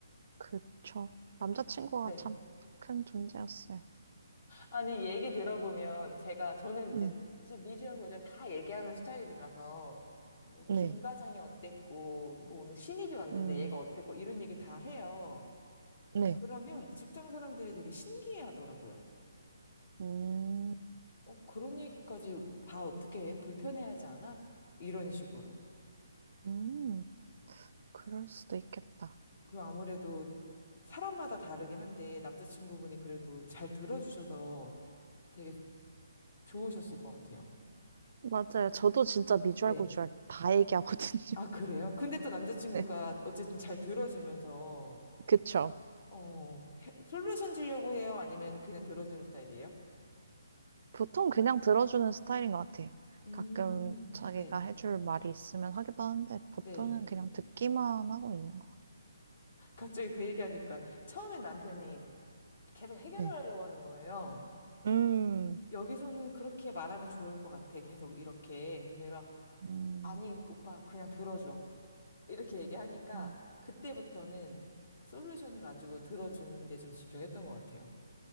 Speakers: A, on the right; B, on the left.
A: 그쵸. 남자친구가
B: 네.
A: 참 큰 존재였어요.
B: 아니, 얘기 들어보면 제가, 저는
A: 네.
B: 이제 지금 미주하고 잘 다 얘기하는 스타일이라서 뭐,
A: 네.
B: 김 과장이 어땠고, 뭐, 오늘 신입이 왔는데
A: 음,
B: 얘가 어땠고, 이런 얘기 다 해요.
A: 네.
B: 그러면 직장 사람들이 되게 신기해 하더라고요.
A: 음,
B: 어, 그런 얘기까지 다 어떻게 해? 불편해하지 않아? 이런 식으로.
A: 음, 그럴 수도 있겠다.
B: 그 아무래도 사람마다 다르긴 한데 남자친구분이 그래도 잘 들어주셔서 되게 좋으셨을 것 같아요.
A: 맞아요. 저도 진짜 미주알
B: 네.
A: 고주알 다 얘기하거든요.
B: 아, 그래요? 근데 또 남자친구가
A: <laughs> 네.
B: 어쨌든 잘 들어주면서
A: 그쵸?
B: 어, 해- 솔루션 주려고 해요? 아니면 그냥 들어주는 스타일이에요?
A: 보통 그냥 들어주는 스타일인 것 같아요.
B: 음,
A: 가끔 자기가
B: 네.
A: 해줄 말이 있으면 하기도 하는데 보통은
B: 네.
A: 그냥 듣기만 하고 있는 것
B: 갑자기 그 얘기하니까 처음에 남편이 계속 해결을
A: 같아요. 네,
B: 하려고 하는 거예요.
A: 네. 음,
B: 여기서는 그렇게 말하면 좋을 것 같아. 계속 이렇게. 그래서 내가,
A: 음,
B: 아니, 오빠, 그냥 들어줘. 이렇게 얘기하니까,
A: 음,
B: 그때부터는 솔루션을 안 주고 들어주는데 좀 집중했던 것 같아요.